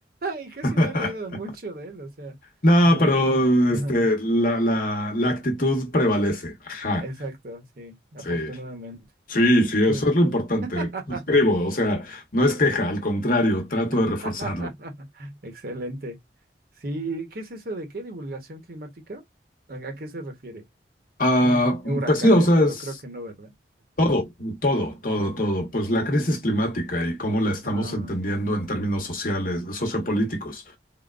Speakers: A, on the right (about 55°); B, on the left (about 50°).
A: Y
B: <laughs>
A: casi no he leído mucho de él, o sea,
B: No,
A: me gusta.
B: pero este,
A: Ajá,
B: la, la, la actitud prevalece. Ajá.
A: Exacto, sí, afortunadamente.
B: Sí. Sí, sí, eso
A: Sí.
B: es lo
A: <laughs>
B: importante.
A: Ajá.
B: Suscribo, o sea, no es queja, al contrario, trato
A: <laughs>
B: de reforzarlo.
A: Excelente. Sí, ¿qué es eso de qué? ¿Divulgación climática? ¿A, a qué se refiere?
B: Ah,
A: Yo imagino huracanes,
B: pues sí, o sea,
A: pero
B: es
A: creo que no, ¿verdad?
B: todo, todo, todo,
A: Ujú.
B: todo. Pues la crisis climática y cómo la estamos
A: Ah,
B: entendiendo
A: ok.
B: en términos sociales, sociopolíticos.